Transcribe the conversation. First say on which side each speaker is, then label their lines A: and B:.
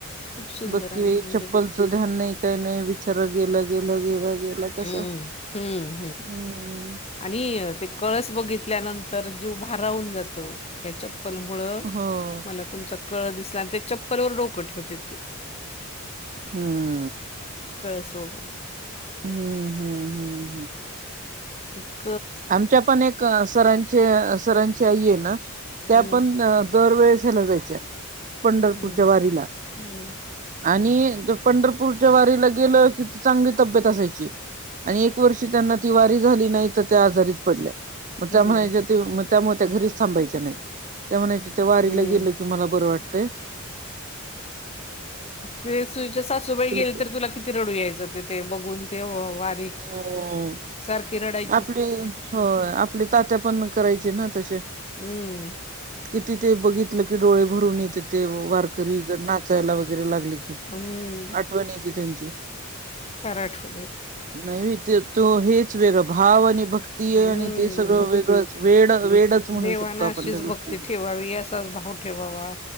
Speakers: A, on the left; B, on the right.
A: खूप सुंदर
B: बघ की
A: अगदी
B: बाई
A: म्हणजे-
B: चप्पलचं ध्यान नाही काही नाही विचारत गेलं गेलं गेलं- गेलं कसं
A: हम्म हम्म
B: हम्म-
A: आणि अं ते कळस बघितल्यानंतर जीव भाराहून जातो ह्याच्यात- चप्पल मुळ
B: हम्म
A: मला तुमचा कळस दिसला आणि त्या चप्पलवर डोकं ठेवते ते-
B: हम्म....
A: कळस बघुन-
B: हम्म हम्म हम्म हम्म.....
A: ह <unintelligible>
B: आमच्या पण एक सर- सरांनची आई ये ना त्या
A: हम्म
B: पण दररोज ह्याला जायच्या- पंढरपूरच्या
A: हम्म
B: वारीला-
A: हम्म
B: आणि पंढरपूरच्या वारीला गेलं कि चांगली तब्येत असायची. आणि एक वर्षी त्यांना ती वारी झाली नाही तर- त्या आजारीच पडल्या मग त्या
A: हम्म
B: म्हणायच्या ते त्यामुळे त्या घरीच थांबायच्या नाहीत त्या म्हणायच्या- त्या वारीला
A: हं,
B: गेल की मला बरं वाटत-
A: ते सुईच्या सासूबाई गेल्या
B: की
A: तर तुला किती रडू यायचं तेथ ते बघून वारी
B: हो...
A: सारखी रडायची.
B: आपले हो आपले तात्या पण म करायचे ना तसे.
A: हं.
B: किति ते बघितलं की डोळे भरून येते ते वारकरी जर नाचायला वगैरे लागले कि.
A: हम्म
B: आठवन येते त्यांची
A: आठवण येते.
B: नाही तो हेच वेगं भावनिक. ती
A: हं.
B: आणि ते सगळं
A: मग
B: वेगळंच. वेड वेडच म्हणू
A: देवानं
B: शकतो आपण
A: अशीच
B: त्या गोष्टीच.
A: भक्ती ठेवावी, असाच भाव ठेवावा.